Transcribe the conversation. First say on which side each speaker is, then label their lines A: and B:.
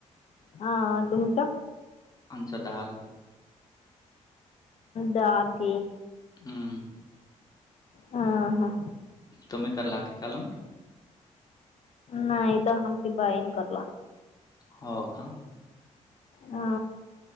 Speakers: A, on the left; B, on the left.
A: हा तुमच.
B: आंचा दधार आहे.
A: दाग.
B: हम.
A: ह हा.
B: तुम् कला क काल ना.
A: नाही त हम सि बायन करलो.
B: हो का.
A: हा.